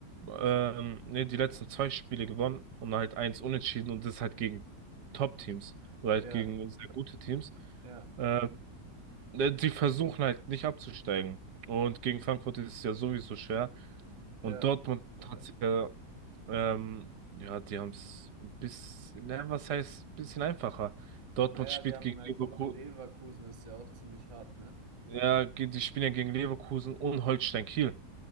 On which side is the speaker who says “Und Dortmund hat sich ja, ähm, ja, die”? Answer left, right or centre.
Right